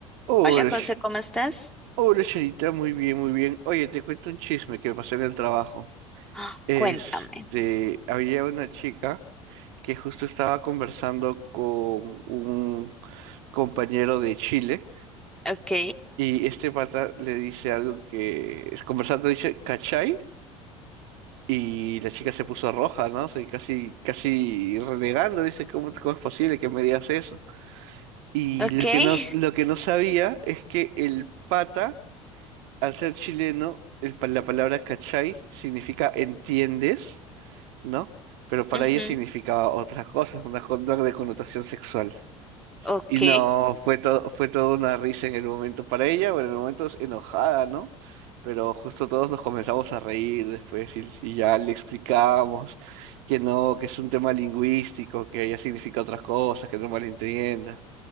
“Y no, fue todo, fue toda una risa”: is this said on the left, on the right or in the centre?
Right